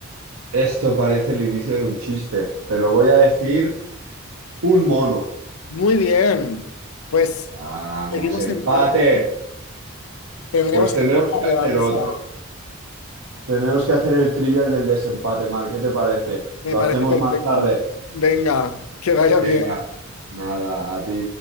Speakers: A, on the right (about 80°); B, on the left (about 80°).
A: Esto parece el inicio de un chiste, pero voy a decir un mono.
B: Muy bien, pues
A: Vamos,
B: seguimos
A: empate.
B: empate, ¿eh? Tendremos
A: Pues tendremos
B: que hacer la
A: que
B: revancha.
A: hacer otro. Tendremos que hacer el trivial del desempate, Mar. ¿Qué te parece?
B: Me
A: Lo
B: parece
A: hacemos
B: perfecto.
A: más tarde.
B: Venga, que vaya
A: Venga,
B: bien.
A: nada, a ti.